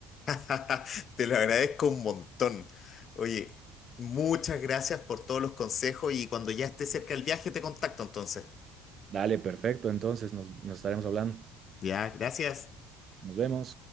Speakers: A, on the left (about 45°); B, on the right (about 40°).
A: <laughs> Te lo agradezco un montón. Oye, muchas gracias por todos los consejos y cuando ya esté cerca el viaje te contacto entonces.
B: Dale, perfecto, entonces nos, nos estaremos hablando.
A: Ya, gracias.
B: Nos vemos.